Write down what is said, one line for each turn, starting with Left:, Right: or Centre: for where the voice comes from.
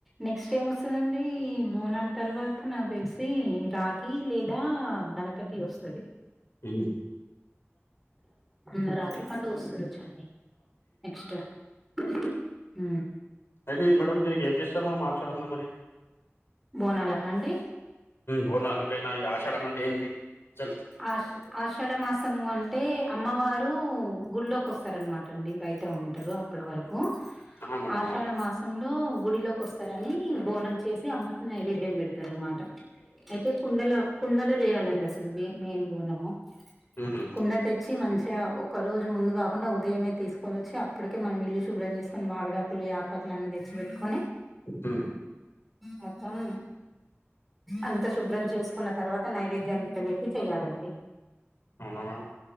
Centre: నెక్స్ట్ ఎం వస్తదండి బోనాల తర్వాత నాకు తెలిసి రాఖీ లేదా గణపతి పతి వస్తుంది
Left: ఏమి
Centre: రా రాఖి పండుగ వస్తుండవచండి నెక్స్ట్ ఉ
Left: అయితే మేడం దీనికి ఏం చేస్తారు మేడం ఆషాడంలో మరి
Centre: బోనాల కా అండి
Left: బోనాాలకైనా ఈ ఆషాడ అంటే ఏంటి చసి
Centre: ఆష్ ఆషాఢ మాసము అంటే అమ్మవారు గుళ్లోకి వస్తారనమాట అండి బయట ఉంటారు ఆప్పటి వరకు
Left: ఆ మేడం
Centre: ఆషాఢ
Left: ఆ.
Centre: మాసం సంలొ గుడిలోకి వస్తారని బోనం చేసి అమ్మకిని నైవేద్యం పెడతారు అనమాట అయితే కుండలో కుండలో చేయాలండీ అదీ అసలు మెయిన్ మెయిన్ బోనము
Left: ఉహు,
Centre: కుండ తెచ్చి మంచిగా ఒకరోజు ముందు కాకుండా ఉదయమే తీసుకొనిచ్చి అటికే మనం ఇల్లు శుభ్రం చేసుకుని మావిడాకులు యాపాకులు అన్ని తెచ్చి పెట్టుకొని
Left: ఆ
Centre: మత్తం అంత శుభ్రం చేసుకున్న తర్వాత నైవేద్యం ఇట్ట పెట్టి చేయ్యాలండి
Left: అవునవా